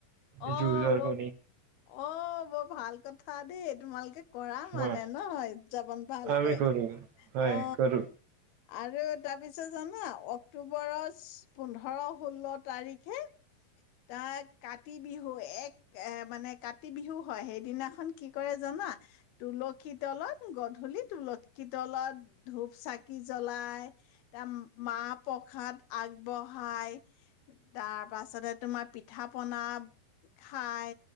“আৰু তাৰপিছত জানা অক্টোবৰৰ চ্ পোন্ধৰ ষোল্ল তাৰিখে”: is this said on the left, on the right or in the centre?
Left